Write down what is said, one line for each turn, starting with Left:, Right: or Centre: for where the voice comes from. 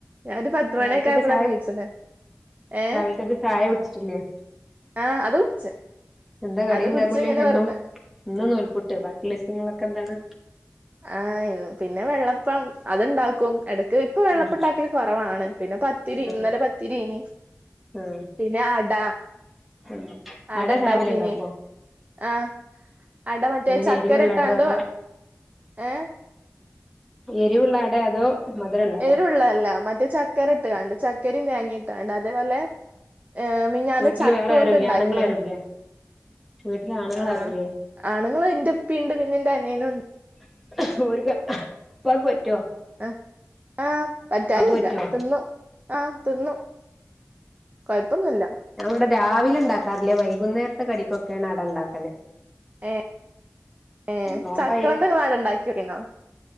Right: ഞാനൊരു പത്തുമണി
Centre: രാവിലക്കത്തെ
Right: യൊക്കെ ആയപ്പോളാ
Centre: ചായ
Right: എനിച്ചത് ഏർ
Centre: രാവിലക്കത്തെ ചായ കുടിച്ചിട്ടില്ലേ
Right: ആഹ അത് കുടിച്ച്
Centre: എന്താ കടി
Right: അത്
Centre: ഉണ്ടാക്കൂലേ
Right: കുടിച്ച് ഇങ്ങനെ
Centre: എന്നും
Right: വെറുതെ
Centre: ഇന്ന് നൂൽപ്പുട്ട് ബാക്കിയുള്ള ദിവസങ്ങളിലൊക്കെ എന്താണ്
Right: ആ പിന്നെ വെള്ളപ്പം അത് ഇണ്ടാക്കും എടക്ക് ഇപ്പൊ വെള്ളപ്പുണ്ടാക്കല്
Centre: ഉം
Right: കൊറവാണ് പിന്നെ പത്തിരി
Centre: ആഹ്
Right: ഇന്നലെ പത്തിരിനി
Centre: ആഹ്
Right: പിന്നെ അട
Centre: ഉം
Right: അട ഇണ്ടാക്കീന്
Centre: രാവിലെ ഉണ്ടാക്കുവോ
Right: ആഹ് അട മറ്റേ
Centre: എങ്ങനെ
Right: ചക്കര
Centre: എരിവുള്ള
Right: ഇട്ടാണ്ട്
Centre: അടോ അതോ
Right: ഏ
Centre: എരിവുള്ള അട അതോ മധുരള്ള അട
Right: എരുള്ളല്ല മറ്റേ ചക്കര ഇട്ട് കണ്ട് ചക്ക്- തേങ്ങേട്ട് അതേപോലെ ആഹ് മിനിഞ്ഞാന്ന്ചക്ക
Centre: വീട്ടില് വേറെ
Right: കൊണ്ട്
Centre: ആരുല്ലേ
Right: ഉണ്ടാക്കിയേന്
Centre: ആണുങ്ങളാരുല്ലേ വീട്ടില് ആണുങ്ങളാരുല്ലേ
Right: ആഹ് ആണുങ്ങള് എൻ്റെ ഇപ്പയീണ്ട് പ് എൻറെ അനിയനും ഉണ്ട്-
Centre: <unintelligible> ഒരു <unintelligible> ഉപ്പായ്ക്ക് പറ്റ്വോ?
Right: ആഹ് - ആഹ് പറ്റാനില്ല
Centre: പറ്റോ
Right: തിന്നൂ- ആഹ് തിന്നും- കൊയപ്പൊന്നുല്ല -
Centre: അവിടെ രാവിലെ ഉണ്ടാക്കാറില്ലേ വൈകുന്നേരത്തെ കടിക്കൊക്കെയാണ് അട ഉണ്ടാക്കല്
Right: ഏ എ
Centre: നോമ്പായിട്ട്
Right: ചക്കകൊണ്ട് വാല്ണ്ടാക്കിന്നോ?